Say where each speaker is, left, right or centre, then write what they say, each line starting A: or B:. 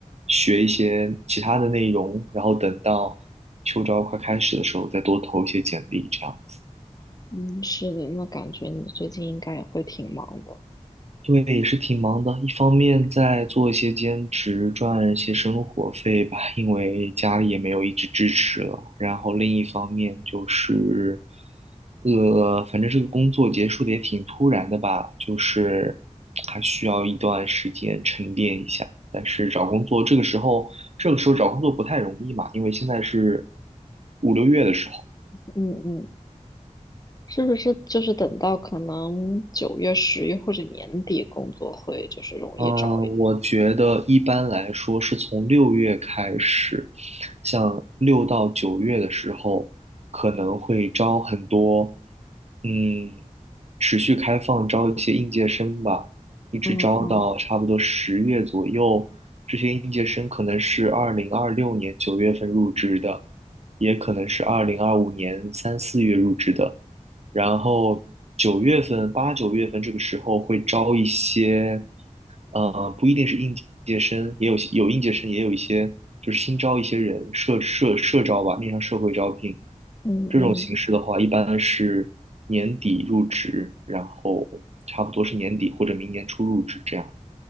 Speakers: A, on the right; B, on the left.
A: 学一些其他的内容，然后等到秋招快开始的时候再多投一些简历，这样子。
B: 嗯，是的，那感觉你最近应该也会挺忙的。
A: 对，也是挺忙的，一方面在做一些兼职赚一些生活费吧，因为家里也没有一直支持了。然后另一方面就是，呃，反正这个工作结束的也挺突然的吧，就是还需要一段时间沉淀一下。但是找工作这个时候，这个时候找工作不太容易嘛，因为现在是五六月的时候。
B: 嗯嗯，是不是就是等到可能九月、十月或者年底工作会就是容易找一点？
A: 嗯，我觉得一般来说是从六月开始，像六到九月的时候，可能会招很多，嗯，持续开放招一些应届生吧，一直招到差不多十月左右。
B: 嗯嗯
A: 这些应届生可能是二零二六年九月份入职的，也可能是二零二五年三四月入职的。然后九月份、八九月份这个时候会招一些，呃，不一定是应届生，也有有应届生，也有一些就是新招一些人，社社社招吧，面向社会招聘。
B: 嗯嗯
A: 这种形式的话，一般是年底入职，然后差不多是年底或者明年初入职这样。